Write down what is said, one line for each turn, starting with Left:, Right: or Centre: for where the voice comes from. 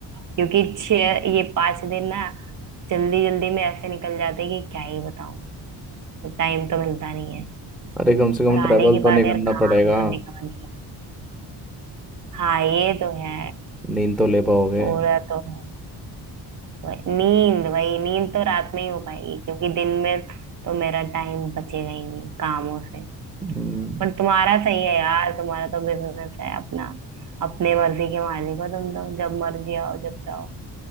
Right: क्योंकि छह ये पांच दिन ना जल्दी जल्दी में ऐसे निकल जाते हैं कि क्या ही बताऊं तो टाइम तो मिलता नहीं है
Centre: अरे कम से कम
Right: और
Centre: ट्रैवल
Right: आने के बाद
Centre: तो नहीं
Right: यार
Centre: करना
Right: काम
Centre: पड़ेगा
Right: करने का मन नहीं है हाँ ये तो है
Centre: नींद तो ले पाओगे
Right: पूरा तो है वही नींद वही नींद तो रात में ही हो पाएगी क्योंकि दिन में तो मेरा टाइम बचेगा ही नहीं कामों से
Centre: हम्म,
Right: पर तुम्हारा सही है यार तुम्हारा तो बिजनेस है अपना अपने मर्जी के मालिक हो तुम तो जब मर्जी आओ जब चाहो